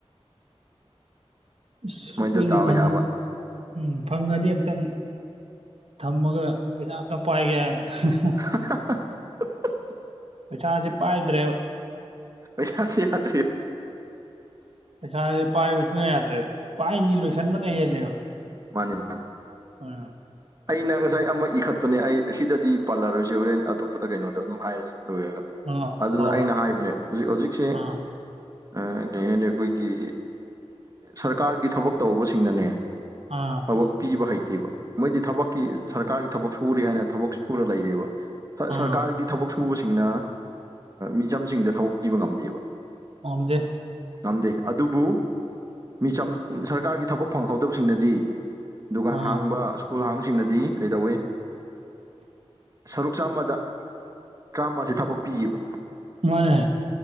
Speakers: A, on the right; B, on the right.
A: ꯑꯁ ꯑꯩꯈꯣꯏꯗꯤ
B: ꯃꯣꯏꯗ ꯗꯥꯎ
A: ꯐꯪ
B: ꯌꯥꯕ
A: ꯎꯝ ꯐꯪꯉꯗꯤ ꯑꯝꯇꯪ ꯊꯝꯃꯒ ꯄꯩꯁꯥ ꯑꯝꯇ ꯄꯥꯏꯒꯦ ꯍꯥꯏꯃꯤꯅꯤ
B: <unintelligible>
A: ꯄꯩꯁꯥꯥꯁꯦ ꯄꯥꯏꯗ꯭ꯔꯦꯕ
B: ꯄꯩꯁꯥꯁꯦ ꯌꯥꯗ꯭ꯔꯦ
A: ꯄꯩꯁꯥꯖꯦ ꯄꯥꯏꯌꯣ ꯁꯨꯛꯌꯥ ꯌꯥꯗ꯭ꯔꯦ ꯄꯥꯏꯅꯤ ꯂꯣꯏꯁꯟꯕꯅ ꯍꯦꯜꯂꯦꯕ
B: ꯃꯥꯟꯅꯤ ꯃꯥꯟꯅꯤ
A: ꯑꯝ
B: ꯑꯩꯅ ꯉꯁꯥꯢ ꯑꯃ ꯏꯈꯠꯄꯅꯦ ꯑꯩ ꯁꯤꯗꯗꯤ ꯄꯥꯔꯂꯔꯁꯦ ꯍꯣꯔꯦꯟ ꯑꯇꯣꯞꯄꯗ ꯀꯩꯅꯣꯗ ꯑꯗꯨꯝ ꯍꯥꯢꯔꯁꯦ ꯂꯣꯢꯔꯒ
A: ꯑꯥ
B: ꯑꯗꯨꯗ
A: ꯍꯣꯏ
B: ꯑꯩꯅ
A: ꯍꯣꯏ
B: ꯍꯥꯢꯕꯅꯦ ꯍꯧꯖꯤꯛ ꯍꯧꯖꯤꯛꯁꯦ
A: ꯑꯥ
B: ꯑꯥ ꯀꯩ ꯍꯥꯢꯅꯤ ꯑꯩꯈꯣꯢꯒꯤ ꯁꯔꯀꯥꯔꯒꯤ ꯊꯕꯛ ꯇꯧꯕꯁꯤꯡꯅꯅꯦ
A: ꯑꯥ
B: ꯊꯕꯛ ꯄꯤꯕ ꯍꯩꯇꯦꯕ ꯃꯣꯢꯗꯤ ꯊꯕꯛꯀꯤ ꯁꯔꯀꯥꯔꯒꯤ ꯊꯕꯛ ꯁꯨꯔꯦ ꯍꯥꯢꯅ ꯊꯕꯛ ꯁꯨꯔ ꯂꯩꯔꯦꯕ
A: ꯑꯥ
B: ꯁꯔꯀꯥꯔꯒꯤ ꯊꯕꯛ ꯁꯨꯕꯁꯤꯡꯅ ꯃꯤꯆꯝꯁꯤꯡꯗ ꯊꯕꯛ ꯄꯤꯕ ꯉꯝꯗꯦꯕ
A: ꯄꯥꯝꯗꯦ
B: ꯉꯝꯗꯦ ꯑꯗꯨꯕꯨ ꯃꯤꯆꯝ ꯁꯔꯀꯥꯔꯒꯤ ꯊꯕꯛ ꯐꯪꯍꯧꯗꯕꯁꯤꯡꯅꯗꯤ ꯗꯨꯀꯥꯟ
A: ꯑꯥ
B: ꯍꯥꯡꯕ ꯁ꯭ꯀꯨꯜ ꯍꯥꯡꯁꯤꯡꯅꯗꯤ ꯀꯩꯗꯧꯋꯤ ꯁꯔꯨꯛ ꯆꯥꯝꯃꯗ ꯆꯥꯝꯃꯥꯁꯦ ꯊꯕꯛ ꯄꯤꯌꯦꯕ
A: ꯃꯥꯅꯦ